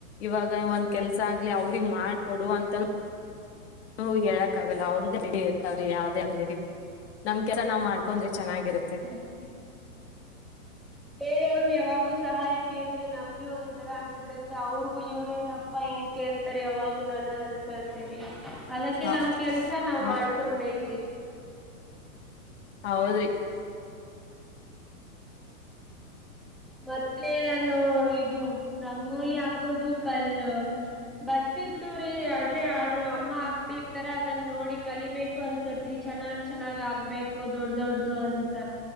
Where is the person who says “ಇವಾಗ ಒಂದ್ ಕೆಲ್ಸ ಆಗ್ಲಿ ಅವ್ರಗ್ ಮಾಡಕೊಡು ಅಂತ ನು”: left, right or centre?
Left